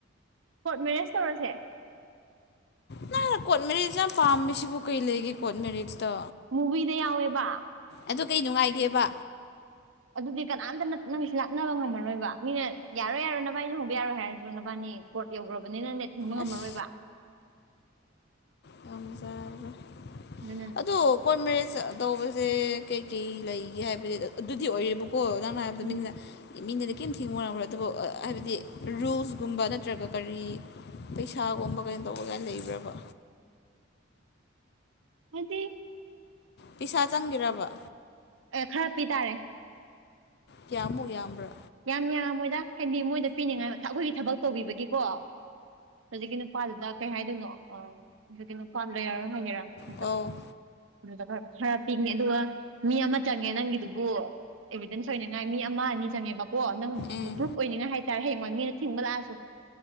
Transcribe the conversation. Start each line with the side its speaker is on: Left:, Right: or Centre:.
Right: ꯀꯣꯔꯠ ꯃꯦꯔꯦꯖ ꯇꯧꯔꯁꯦ
Left: ꯅꯡꯅ ꯀꯣꯔꯠ ꯃꯦꯔꯤꯖ ꯌꯥꯝ ꯄꯥꯝꯃꯤꯁꯤꯕꯨ ꯀꯩ ꯂꯩꯒꯦ ꯀꯣꯔꯠ ꯃꯦꯔꯤꯖꯇ
Right: ꯃꯨꯕꯤꯗ ꯌꯥꯎꯋꯦꯕꯥ
Left: ꯑꯗꯣ ꯀꯩ ꯅꯨꯡꯉꯥꯏꯒꯦꯕ
Right: ꯑꯗꯨꯗꯤ ꯀꯅꯥꯝꯇꯅ ꯅꯪꯒꯤꯁꯨ ꯂꯥꯛꯅꯕ ꯉꯝꯃꯔꯣꯏꯕ ꯃꯤꯅ ꯌꯥꯔꯣꯏ ꯌꯥꯔꯣꯏ ꯅꯕꯥꯏꯅꯤ ꯂꯨꯍꯣꯡꯕ ꯌꯥꯔꯣꯏ ꯍꯥꯏꯔ ꯗꯣꯅꯕꯥꯅꯤ ꯀꯣꯔꯠ ꯌꯧꯒꯔ꯭ꯕꯅꯤꯅꯅꯦ ꯊꯤꯡꯕ ꯉꯝꯃꯔꯣꯏꯕ
Left: ꯑꯁ ꯉꯝꯖꯔꯔꯣꯏ
Right: <unintelligible>
Left: ꯑꯗꯣ ꯀꯣꯔꯠ ꯃꯦꯔꯦꯖ ꯇꯧꯕꯖꯦ ꯀꯩꯀꯩ ꯂꯩꯒꯦ ꯍꯥꯏꯕꯗꯤ ꯑꯗꯨꯗꯤ ꯑꯣꯏꯔꯦꯕ ꯀꯣ ꯅꯡꯅ ꯍꯥꯏꯕꯗꯣ
Right: ꯎꯝ
Left: ꯃꯤꯅꯤꯅ ꯃꯤꯅꯗꯤ ꯀꯔꯤꯝ ꯊꯤꯡꯕ ꯉꯝ꯭ꯔꯣꯏ ꯑꯗꯨꯕꯨ ꯍꯥꯏꯕꯗꯤ ꯔꯨꯜꯁꯒꯨꯝꯕ ꯅꯠꯇ꯭ꯔꯒ ꯀꯔꯤ ꯄꯩꯁꯥꯒꯨꯝꯕ ꯀꯩꯅꯣ ꯇꯧꯕ ꯀꯥꯏꯅ ꯂꯩꯕ꯭ꯔꯕ
Right: ꯍꯥꯏꯗꯤ
Left: ꯄꯩꯁꯥ ꯆꯪꯒꯦꯔꯕ
Right: ꯑꯦ ꯈꯔ ꯄꯤ ꯇꯥꯔꯦ
Left: ꯀꯌ꯭ꯥꯃꯨꯛ ꯌꯥꯝꯕ꯭ꯔꯥ
Right: ꯌꯥꯝ ꯌꯥꯝꯃꯝ ꯃꯣꯏꯗ ꯍꯥꯏꯗꯤ ꯃꯣꯏꯗ ꯄꯤꯅꯤꯡꯉꯥꯏ ꯑꯩꯈꯣꯏꯒꯤ ꯊꯕꯛ ꯇꯧꯕꯤꯕꯒꯤꯀꯣ ꯍꯧꯖꯤꯛꯀꯤ ꯅꯨꯄꯥꯗꯨꯗ ꯀꯩ ꯍꯥꯏꯗꯣꯏꯅꯣ ꯑꯣ ꯑꯗꯨ ꯀꯩꯅꯣ ꯄꯥꯟꯕ ꯌꯥꯔꯍꯣꯏꯒꯦꯔꯥ ꯗꯨꯗꯥ
Left: ꯑꯧ
Right: ꯑꯗꯨꯗ ꯈꯔ ꯈꯔ ꯄꯤꯅꯤ ꯑꯗꯨꯒ ꯃꯤ ꯑꯃ ꯆꯪꯉꯦ ꯅꯪꯒꯤꯗꯨꯕꯨ ꯏꯕꯤꯗꯦꯟꯁ ꯑꯣꯏꯅꯤꯉꯥꯏ ꯃꯤ ꯑꯃ ꯑꯅꯤ ꯆꯪꯉꯦꯕ ꯀꯣ ꯅꯪ
Left: ꯎꯝ
Right: ꯄ꯭ꯔꯨꯨꯞ ꯑꯣꯏꯅꯤꯡꯉꯥꯏ ꯍꯥꯏꯇꯥꯔꯦ ꯍꯌꯦꯡꯋꯥꯏ ꯃꯤꯅ ꯊꯤꯡꯕ ꯂꯥꯛꯑꯁꯨ